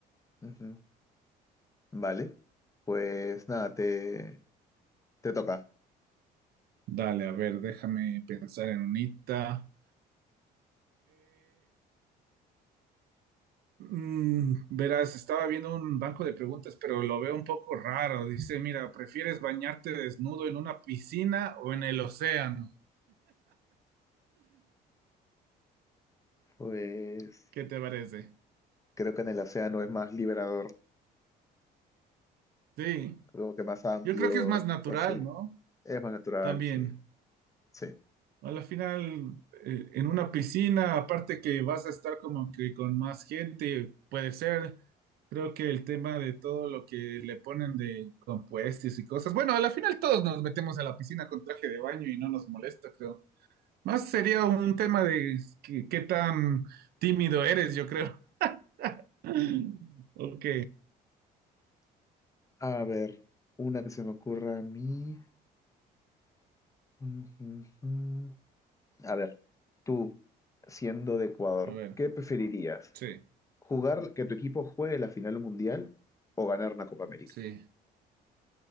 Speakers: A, on the left; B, on the right.
A: Ujú. Vale. Pues nada, te, te toca.
B: Dale, a ver, déjame pensar en unita. Mm, verás, estaba viendo un banco de preguntas, pero lo veo un poco raro. Dice, mira, ¿prefieres bañarte desnudo en una piscina o en el océano?
A: Pues
B: ¿Qué te parece?
A: creo que en el océano es más liberador,
B: Sí,
A: como que más amplio,
B: yo creo que es más natural,
A: así.
B: ¿no?
A: Es más natural,
B: También.
A: sí. Sí.
B: A la final, eh, en una piscina, aparte que vas a estar como que con más gente, puede ser. Creo que el tema de todo lo que le ponen de compuestos y cosas. Bueno, a la final todos nos metemos a la piscina con traje de baño y no nos molesta, creo. Más sería un tema de qué, qué tan tímido eres, yo creo. <laughs> Ok,
A: A ver, una que se me ocurra a mí. Ujú, ujú. A ver, tú, siendo de Ecuador,
B: a ver,
A: ¿qué preferirías?
B: sí,
A: Jugar que tu equipo juegue la final mundial o ganar una Copa América.
B: sí.